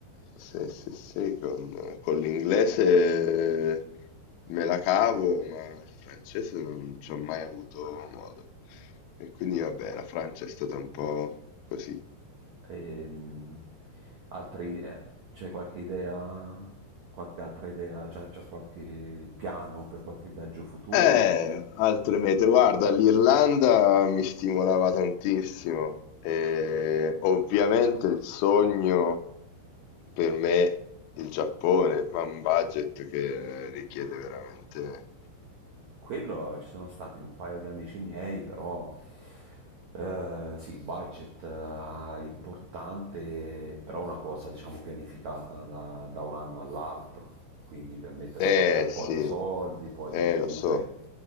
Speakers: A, on the left (about 80°); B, on the right (about 80°).
A: Sì, sì, sì, con, con l'inglese me la cavo, ma il francese non ci ho mai avuto modo. E quindi vabbè, la Francia è stata un po' così.
B: Ehm, altri, eh, c'è qualche idea, qualche altra idea, c'è, c'è qualche piano per qualche viaggio futuro?
A: Eh, altre mete, guarda, l'Irlanda mi stimolava tantissimo e ovviamente il sogno per me il Giappone, ma un budget che richiede veramente...
B: Quello ci sono stati un paio di amici miei, però eh, sì, il budget eh, importante, però una cosa diciamo pianificata da, da un anno all'altro, quindi per mettere
A: Eh
B: da parte un
A: sì,
B: po' di soldi, poi
A: eh
B: dopo
A: lo
B: comunque
A: so,